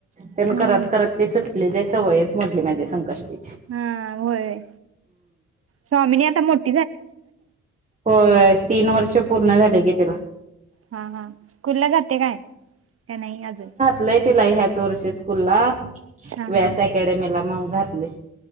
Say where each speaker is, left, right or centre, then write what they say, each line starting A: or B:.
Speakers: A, on the right (about 40°); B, on the right (about 20°).
A: हम्म
B: ते करत करत ते सुटले जी सवयच मोडली माझी संकष्टी
A: हम्म होय स्वामिनी आता मोठ
B: होय तीन वर्ष पूर्ण झाले की तीला.
A: हा हा स्कूल ला जाते काय का नाही अजून?
B: लय तिला ह्याच वर्षी स्कूल ला
A: हा
B: व्यास
A: हा
B: अकॅडमीला मग घातलय.